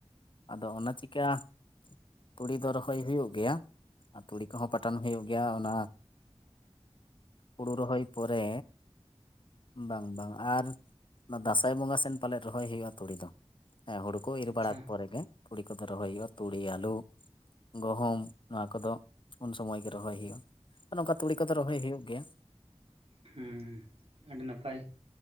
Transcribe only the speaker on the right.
ᱟᱪᱪᱷᱟ
ᱦᱚᱸ ᱟᱹᱰᱤ ᱱᱟᱯᱟᱭ